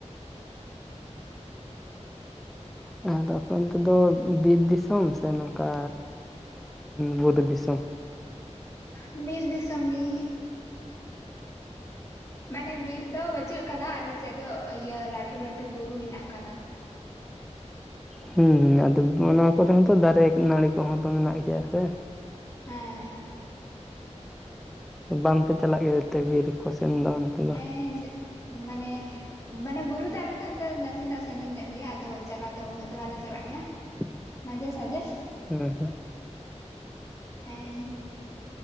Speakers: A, in the centre; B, on the left.
A: ᱟᱫᱚ ᱟᱯᱮ ᱚᱱᱛᱮ ᱫᱚ ᱵᱤᱨ ᱫᱤᱥᱚᱢ ᱥᱮ ᱱᱚᱝᱠᱟ ᱵᱩᱨᱩ ᱫᱤᱥᱚᱢ?
B: ᱵᱤᱨ ᱫᱤᱥᱚᱢ ᱜᱮ ᱢᱟᱱᱮ ᱵᱤᱨ ᱫᱚ ᱵᱟᱹᱪᱩᱜ ᱠᱟᱫᱟ ᱟᱞᱮᱥᱮᱫ ᱫᱚ ᱤᱭᱟᱹ ᱞᱟᱴᱩ ᱞᱟᱴᱩ ᱵᱩᱨᱩ ᱢᱮᱱᱟᱜ ᱠᱟᱫᱟ᱾
A: ᱦᱩᱸ ᱦᱩᱸ ᱟᱫᱚ ᱚᱱᱟ ᱠᱚᱨᱮ ᱦᱚᱛᱚ ᱫᱟᱨᱮ ᱱᱟᱹᱲᱤ ᱠᱚᱦᱚᱸ ᱛᱚ ᱢᱮᱱᱟᱜ ᱜᱮᱭᱟ ᱥᱮ
B: ᱦᱮᱸ
A: ᱵᱟᱝᱯᱮ ᱪᱟᱞᱟᱜ ᱜᱮᱛᱮ ᱵᱤᱨ ᱠᱚ ᱥᱮᱱ ᱫᱚ? ᱫᱚ
B: ᱦᱮᱸ ᱡᱟᱹᱜ ᱢᱟᱱᱮ ᱢᱟᱱᱮ ᱵᱩᱨᱩ ᱫᱚ ᱟᱞᱮᱠᱷᱚᱱ ᱫᱚ ᱱᱟᱥᱮᱱᱟᱜ ᱥᱟᱺᱜᱤᱧ ᱧᱚᱜ ᱜᱮᱭᱟ ᱟᱫᱚ ᱪᱟᱞᱟᱜ ᱫᱚ ᱩᱱᱟᱹᱜ ᱫᱚ ᱵᱟᱞᱮ ᱪᱟᱞᱟᱜ ᱜᱮᱭᱟ᱾
A: <inaudible>
B: ᱢᱟᱡᱷᱮ ᱥᱟᱡᱮ
A: ᱦᱮᱸ ᱦᱮᱸ
B: ᱦᱮᱸ